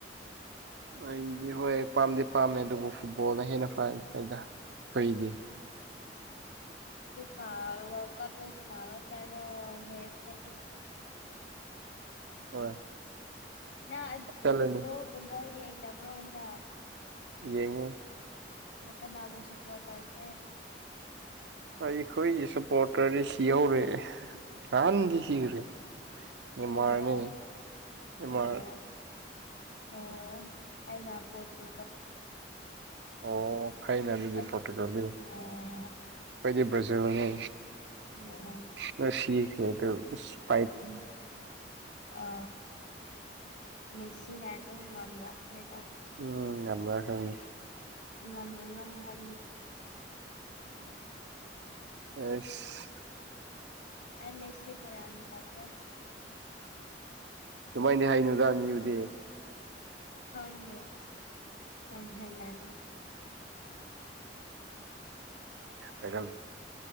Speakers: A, on the right; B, on the left.
A: ꯑꯩꯗꯤ ꯍꯣꯏ ꯄꯥꯝꯗꯤ ꯄꯥꯝꯃꯦ ꯑꯗꯨꯕꯨ ꯐꯨꯠꯕꯣꯜꯅ ꯍꯦꯟꯅ ꯐ ꯍꯥꯏꯗ ꯀꯩꯗꯤ
B: ꯐꯔ ꯀꯞꯁꯨ ꯅꯥꯋꯥ ꯆꯅ ꯅꯦꯁꯇ
A: ꯍꯣꯏ
B: ꯅ
A: ꯆꯠꯂꯅꯤ
B: ꯎ ꯕꯣꯒꯨꯝꯕ ꯌꯦꯡꯗꯕ꯭ꯔꯣꯗ
A: ꯌꯦꯡꯉ
B: ꯑꯣ ꯀꯅꯅꯥꯕꯣꯁꯦ ꯄꯣꯇ ꯑꯣꯏꯒꯦ
A: ꯑꯩꯈꯣꯏꯒꯤ ꯁꯄꯣꯔꯇꯔꯗꯤ ꯁꯤꯍꯧꯔꯦ ꯑꯍꯥꯟꯗꯤ ꯁꯤꯈ꯭ꯔꯦ ꯅꯦꯃꯥꯔꯅꯦ
B: ꯅꯔꯣ
A: ꯅꯦꯃꯥꯔ
B: ꯑꯣ ꯍ ꯀꯥꯏꯅ ꯄꯣꯠꯇꯨ
A: ꯑꯣ ꯐꯩꯩꯅ ꯑꯗꯨꯗꯤ
B: ꯑꯩ
A: ꯄꯣꯔꯇꯨꯒꯥꯜꯒꯤ ꯑꯩꯩꯗꯤ
B: ꯑꯣ
A: ꯕ꯭ꯔꯥꯖꯤꯜꯅꯤ
B: ꯎ
A: ꯁ ꯍꯈ ꯍ
B: ꯎꯝ ꯑ ꯃꯦꯁꯤꯅ ꯑꯗꯨꯝ ꯉꯝꯂꯥꯛꯈ꯭ꯔꯦꯗ
A: ꯎꯝ ꯑꯝꯕ ꯊꯅꯤ
B: ꯅ ꯅꯝ ꯍꯦ
A: ꯑꯦꯁ
B: ꯑ ꯃꯦꯁꯤꯁꯤꯕꯨꯌꯥ ꯑꯃꯗꯂꯦ
A: ꯁꯨꯃꯥꯏꯗꯤ ꯍꯩꯅꯨꯗ ꯃꯤꯎꯗꯤ
B: ꯍꯅꯦ ꯌꯥꯝꯃꯥꯏꯅꯗꯦ
A: ꯎꯝꯔ